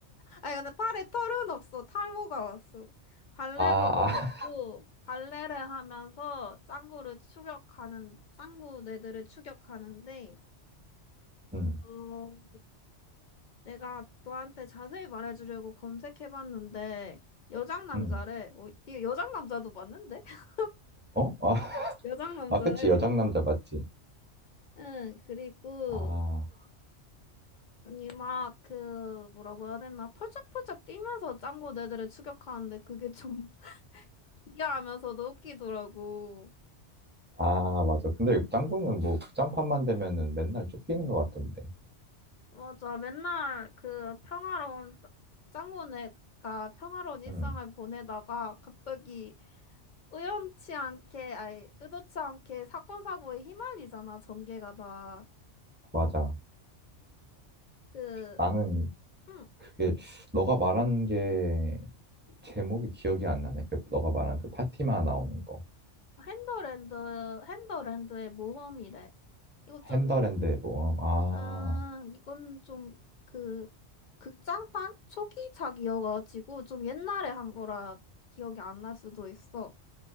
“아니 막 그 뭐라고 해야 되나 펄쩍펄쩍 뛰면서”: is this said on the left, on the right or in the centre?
Left